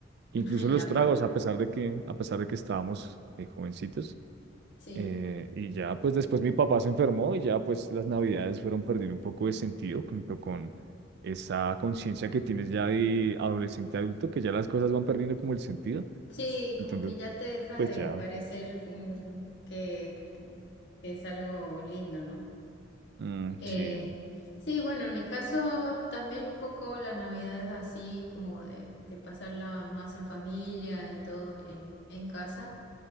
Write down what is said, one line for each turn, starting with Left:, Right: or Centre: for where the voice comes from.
Right: incluso
Left: <laughs>
Right: los
Left: La
Right: tragos,
Left: pólvora.
Right: a pesar de que, a pesar de que estábamos eh, jovencitos,
Left: Sí.
Right: eh, y ya, pues después mi papá se enfermó y ya, pues las navidades fueron perdiendo un poco de sentido junto con esa conciencia que tienes ya de adolescente adulto, que ya las cosas van perdiendo como el sentido.
Left: Sí,
Right: Entonces,
Left: como que ya te deja
Right: pues
Left: de
Right: ya,
Left: parecer como que, que es algo lindo, ¿no?
Right: mm,
Left: Eh,
Right: sí,
Left: sí, bueno, en mi caso también un poco la Navidad es así como de, de pasarla más en familia y todo en, en casa,